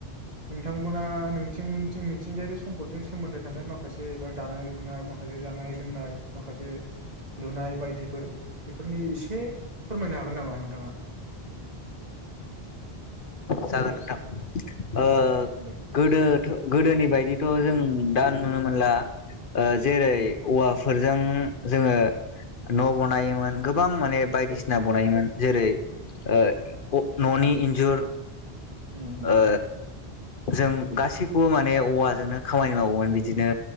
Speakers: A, on the right; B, on the left.
A: नोंथांमोना नोंथिंमोनथिं मिथिंगायारि सम्पदजों सोमोन्दो थानाय माखासे एबा दानाय लुनाय माखासे जानाय लोंनाय माखासे लुनाय बायदिफोर बेफोरनि एसे फोरमायनो हागोन नामा नोंथाङा?
B: जागोन नोंथा ओ
A: औ दे
B: गोदो गोदोनि बायदिथ जों दा नुनो मोनला ओ जेरै
A: औ
B: औवाफोर जों जोङो न बनायोमोन बां माने बायदिसिना
A: औ
B: बनायोमोन जेरै आ अ ननि इन्जुर
A: उम
B: ओ जों गासिख खौ माने औवा जोंनो खामानि
A: उम औ
B: मावोमोन बिदिनो